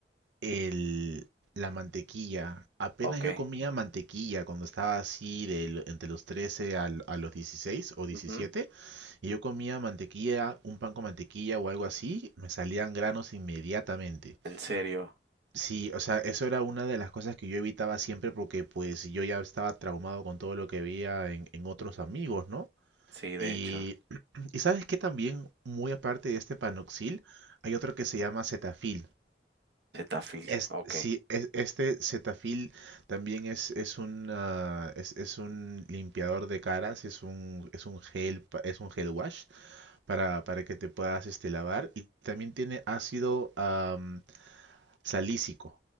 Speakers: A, on the right (about 85°); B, on the right (about 70°).
A: el, la mantequilla. Apenas
B: Ok.
A: yo comía mantequilla cuando estaba así de lo- entre los 13 al- a los 16 o diecisiete
B: Ujú.
A: Y yo comía mantequilla, un pan con mantequilla o algo así, me salían granos inmediatamente.
B: En serio.
A: Sí, o sea, eso era una de las cosas que yo evitaba siempre porque pues yo ya estaba traumado con todo lo que veía en, en otros amigos, ¿no?
B: Sí,
A: Y,
B: de hecho.
A: <clears throat> y sabes que también, muy aparte de este panoxil, hay otro que se llama cetafil.
B: Cetaphil.
A: Es,
B: Ok.
A: sí, es- este Cetaphil también es, es un ah, es, es un limpiador de caras, es un es un gel pa- es un gel wash para, para que te puedas este lavar y también tiene ácido am, salícico.